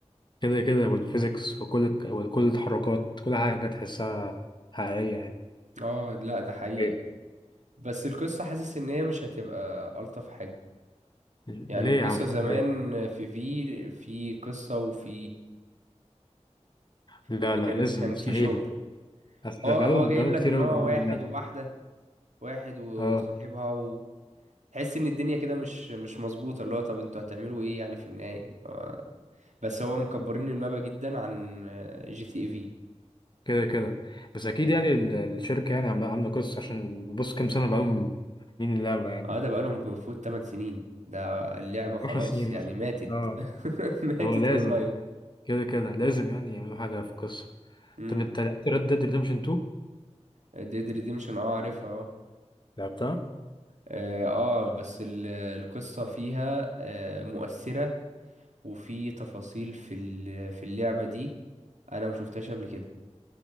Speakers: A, on the left; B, on the right.
A: كده كده والفيزيكس وكل وكل التحركات كل حاجه تحسها حقيقيه يعني
B: اه لا ده حقيقة
A: ايوه
B: بس القصة حاسس ان هي مش هتبقى الطف حاجة
A: ليه
B: يعني القصة
A: يا عم محمد
B: زمان
A: ليه؟
B: في في في قصة وفي
A: لا
B: يعني
A: لا
B: كان
A: لازم
B: كان
A: مستحيل
B: في شغل
A: اصل
B: اه
A: بقالهم
B: هو جايب
A: بقالهم
B: لك
A: كتير
B: ان
A: قوي
B: هو
A: بيعملوا
B: واحد
A: اللعبه
B: وواحدة واحد وصاحبها
A: اه
B: تحس ان الدنيا كده مش مش مظبوطه اللي هو طب انتوا هتعملوا ايه يعني في النهايه اللي هو- بس هو مكبرين المابا جدا عن جي تي اي في
A: كده كده بس اكيد يعني ال- الشركه يعني عامله عامله قصه عشان بص كام سنه بقالهم عاملين اللعبه يعني
B: اه ده بقالهم بمفروض 8 سنين ده اللعبه خلاص
A: 10 سنين
B: يعني
A: مثلا
B: ماتت
A: اه
B: <laughs> ماتت
A: هو لازم
B: اونلاين
A: كده كده لازم يعني يعملوا حاجة في القصة
B: امم
A: طب انت لعبت ريد ديد ريدمشن 2؟
B: ديد ريديمشن اه عارفها اه
A: لعبتها
B: اه آه، بس ال- القصه فيها آه مؤثره وفي تفاصيل في ال- في اللعبه دي انا مشوفتهاش قبل كده